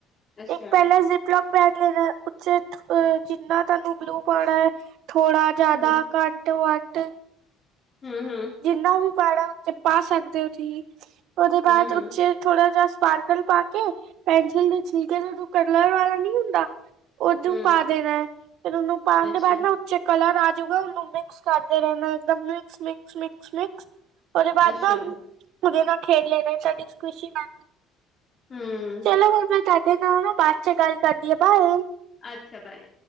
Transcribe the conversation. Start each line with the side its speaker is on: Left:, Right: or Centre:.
Left: ਅੱਛਾ।
Right: ਇੱਕ ਪੈਲਾ ਪਲੱਗ ਬੈਗ ਲੈਨੈ ਉਚ ਅ ਜਿੰਨਾ ਤਾਨੂੰ ਗਲੂ ਪਾਣਾ ਏ ਥੋੜਾ ਜਆਦਾ
Left: ਹੂੰ,
Right: ਘੱਟ- ਵੱਧ
Left: ਹੁੰ, ਹੁੰ
Right: ਜਿੰਨਾ ਵੀ ਪਾਣਾ ਓਚ ਪਾ ਸਕਦੇ ਓ ਤੁਹੀ ਓਦੇ ਬਾਅਦ
Left: ਹੂੰ-ਹੂੰ,
Right: ਉਚ ਥੋੜ੍ਹਾ ਜਿਆ। ਸਪਾਰਕਲ ਪਾ ਕੇ ਪੈਨਸ਼ਿਲ ਦੇ ਛਿੱਲਕੇ ਨੂੰ ਜੋ ਕਰਲਰ ਵਾਲਾ ਨੀ ਹੁੰਦਾ ਓਦੂ
Left: ਹੂੰ-ਹੂੰ,
Right: ਪਾ ਦੇਣਾ ਏ ਫਿਰ ਉਨੂੰ ਪਾਣ
Left: ਅੱਛਾ-ਅੱਛਾ,
Right: ਤੋ ਬਾਅਦ ਨਾ ਓਚ ਕਲਰ ਆਜੂਗਾ ਉਨੂੰ ਮਿਕਸ ਕਰ ਦੇਣਾ ਏ ਏਕਦਮ ਮਿਕਸ, ਮਿਕਸ, ਮਿਕਸ, ਮਿਕਸ। ਓਦੇ ਬਾਅਦ
Left: ਹੂੰ, ਅੱਛਾ ਅੱਛਾ
Right: ਨਾ ਉਦੇ ਨਾਲ ਖੇਡ ਲੈਨੈ ਸ਼ਾਡੀ ਖੁਸ਼ੀ ਮਨ
Left: ਹਮ
Right: ਚਲੋ ਫਿਰ ਮੈ ਤਾਡੇ ਨਾਲ ਨਾ ਬਾ ਚੋ ਗੱਲ ਕਰਦੀ ਆ ਬਾਏ।
Left: ਅਛਾ, ਬਾਏ।